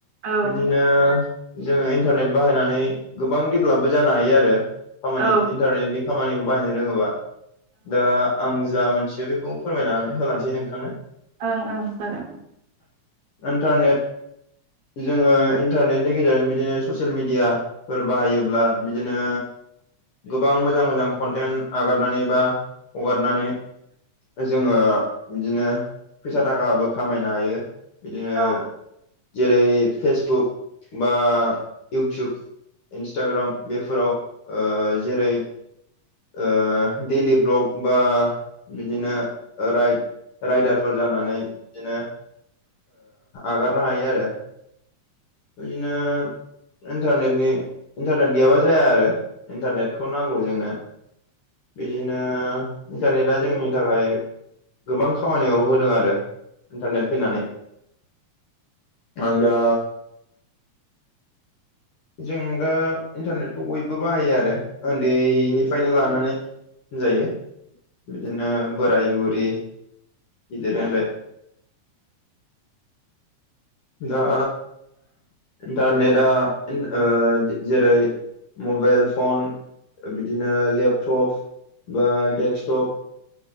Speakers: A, on the right (about 75°); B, on the left (about 65°).
A: ओं
B: बिदिनो जोंङो इन्टारनेट बाहायनानै गोबां देभलपबो जानो हायो आरो खामानि
A: ओं
B: इन्टारनेटनि खामानिखौ बाहायनो रोङोबा दा आं जा मोनसे बेखौ फोरमायनानै होलांसै नोंथांनो
A: ओं ओं जागोन।
B: इन्टारनेट जोऔङो इन्टारनेटनि गेजेरजों बिदिनो ससे ससियेल मिडियाफोर बाहायोब्ला बिदिनो गोबां मोजां मोजां कन्टेन्ट आगारनानै बा हगारनानै जोङो बिदिनो फैसा थाखाबो खामायनो हायो बिदिनो
A: औ
B: जेरै फेसबुक बा इउटुब इन्सटाग्राम बेफोराव ओ जेरै ओ डेलि ब्लक बा बिदिनो राइड रायदारफोर जानानै बिदिनो एगारनो हायो आरो बिदिनो इन्टारनेटनि इन्टारनेट गैयाबा जाया आरो इन्टारनेटखौ नांगौ जोंनो बिदिनो इन्टारनेटआ जोंनि थाखाय गोबां खामानियाव होदों आरो इन्टारनेट फैनानै मानोना जों दा इन्टारनेटखौ बयबो बाहायो आरो उन्दैनिफ्रायनो लानानै होन जायो बिदिनो बोराय बुरि गिदिर उन्दै
A: <inaudible>
B: दा इन्टारनेटआ ओ जेरै मबाइल फन बिदिनो लेपटप बा डेक्स्कटप